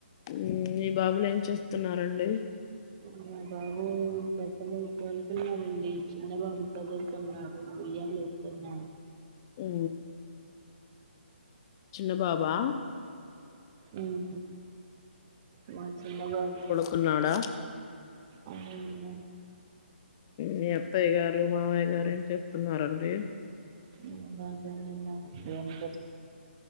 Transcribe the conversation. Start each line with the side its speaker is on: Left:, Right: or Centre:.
Left: ఉమ్ మీ బాబులు ఏం చేస్తున్నారండి
Right: ఉ మా బాబూ పెద్ద బాబు పన్కున్నాడండి చిన్న బాబు కదుల్తున్నాడు ఉయ్యాల ఊప్ తున్నా
Left: ఊ చిన్న బాబా
Right: ఉహు మా చిన్న బాబు
Left: ఉన్నాడ
Right: అవునండి
Left: మీ అత్తయ్య గారు మామయ్య గారు ఎన్ చేస్తున్నారండి
Right: ఉ బాగానే ఉన్న ఏం చేత